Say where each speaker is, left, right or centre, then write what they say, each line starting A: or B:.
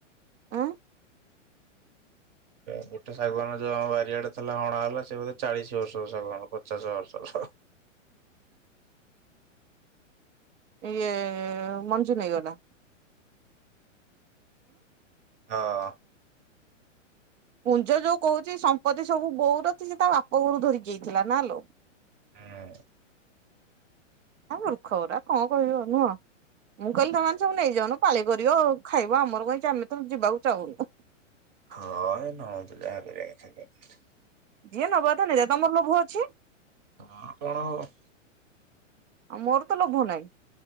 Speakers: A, on the right (about 70°); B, on the right (about 30°).
A: ଉଁ
B: ଗୋଟେ ଶାଗୁଆନ୍ ଯୋଉ ଆମ ବାରିଆଡେ ଥିଲା ହଣା ହେଲା, ସେ ବୋଧେ ଚାଳିଶ ବର୍ଷର ଶାଗୁଆନ୍ ପଚାଶ ବର୍ଷର।
A: ଇଏ ମଞ୍ଜୁ ନେଇଗଲା?
B: ହଁ।
A: ପୁଞ୍ଜ ଯୋଉ କହୁଛି ସମ୍ପତ୍ତି ସବୁ ବୋଉର, ସେ ତା ବାପ ଘୋରୁ ଧରିକି ଆଇଥିଲା ନା ଲୋ।
B: ହଁ।
A: ଆ ମୂର୍ଖ ଗୁରା କଣ କହିବ ନୁହଁ? ମୁଁ କହିଲି ତମମାନେ ସବୁ ନେଇଯାଉନ ପାଳି କରିବ, ଆଉ ଖାଇବ ଆମର କଣ ଆମେ ତ ଯିବାକୁ ଚାହୁଁନୁ।
B: ହଁ ଏ ନ ଦେଲେ ଆଗରେ ଯାଇ ଖାଇକି <unintelligible>
A: ଯିଏ ନବା କଥା ନେଇ ଯା, ତମର ଲୋଭ ଅଛି?
B: ହଁ କଣ ହବ?
A: ଆଉ ମୋର ତ ଲୋଭ ନାହିଁ।